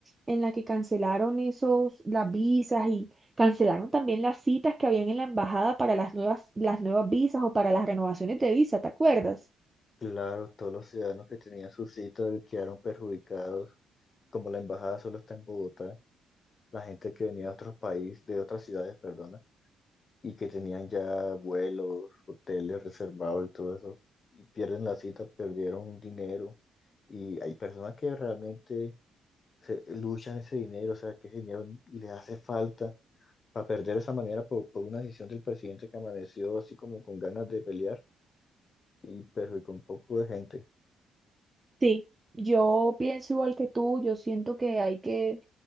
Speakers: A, on the right (about 20°); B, on the left (about 40°).
A: en la que cancelaron esos, las visas y cancelaron también las citas que habían en la embajada para las nuevas, las nuevas visas o para las renovaciones de visa? ¿Te acuerdas?
B: Claro, todos los ciudadanos que tenían su cita quedaron perjudicados, como la embajada solo está en Bogotá, la gente que venía de otros países, de otras ciudades, perdona, y que tenían ya vuelos, hoteles reservados y todo eso, y pierden la cita, perdieron dinero, y hay personas que realmente se, luchan ese dinero, o sea, que ese dinero les hace falta para perder de esa manera por, por una decisión del presidente que amaneció así como con ganas de pelear y perjudicó un poco de gente.
A: Sí. Yo pienso igual que tú, yo siento que hay que